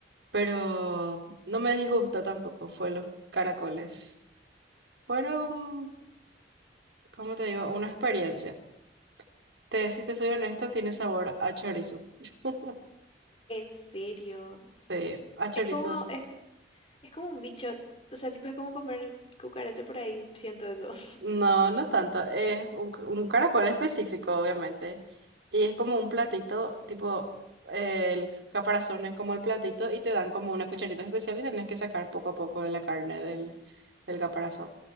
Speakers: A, on the right; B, on the left.
A: pero no me disgusta tampoco, fue los caracoles. Fueron, ¿cómo te digo? Una experiencia. Te, si te soy honesta, tiene sabor a chorizo. <laughs>
B: En serio.
A: Sí, a chorizo.
B: Es como, es, es como un bicho. O sea, tipo es como comer cucaracha por ahí, siento eso. <laughs>
A: No, no tanto. Es un, un caracol específico, obviamente. Y es como un platito, tipo, eh, el caparazón es como el platito y te dan como una cucharita especial y tenés que sacar poco a poco de la carne del, del caparazón.